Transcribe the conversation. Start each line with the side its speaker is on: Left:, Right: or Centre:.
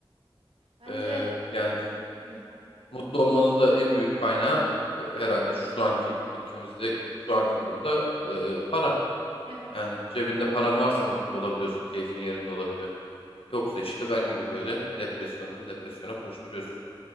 Right: Bence
Left: Ee, yani
Right: Hı,
Left: Mutlu olmanın da en büyük kaynağı e, herhalde şu anki ülkemizde, şu anki durumda e, para.
Right: evet.
Left: Yani cebinde paran varsa mutlu olabiliyorsun, keyfin yerinde olabiliyor. Yoksa işte ben gibi böyle depresyondan depresyona koşturuyorsun.